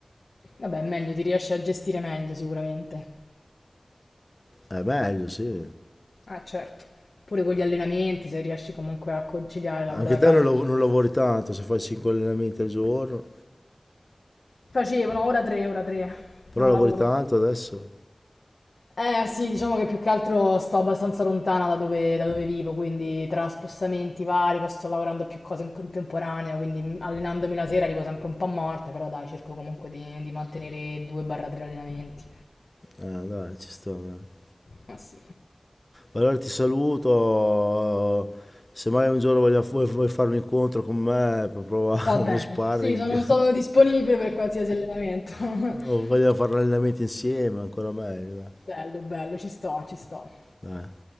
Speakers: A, on the left; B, on the left.
A: Vabbè, è meglio, ti riesci a gestire meglio sicuramente.
B: È meglio, sì.
A: Ah, certo. Pure con gli allenamenti, se riesci comunque a conciliare lavoro
B: Anche
A: da
B: te
A: casa.
B: non,
A: e
B: lav-
A: allenamenti.
B: non lavori tanto se fai 5 allenamenti al giorno,
A: Facevano ora tre, ora tre.
B: però
A: No,
B: lavori
A: lavoro.
B: tanto adesso.
A: Eh sì, diciamo che più che altro sto abbastanza lontana da dove, da dove vivo, quindi tra spostamenti vari, poi sto lavorando a più cose in contemporanea, quindi allenandomi la sera arrivo sempre un po' morta, però dai, cerco comunque di, di mantenere 2-3 allenamenti.
B: Eh, dai, ci sta. dai.
A: Ma sì.
B: Allora ti saluto. Se mai un giorno voglia- vuoi, vuoi fare un incontro con me per provare
A: Va bene,
B: uno sparring
A: sì, sono, sono disponibile per qualsiasi allenamento. <laughs>
B: <laughs> o vogliamo fare un allenamento insieme, ancora meglio. Dai,
A: Bello, bello, ci sto, ci sto.
B: Dai,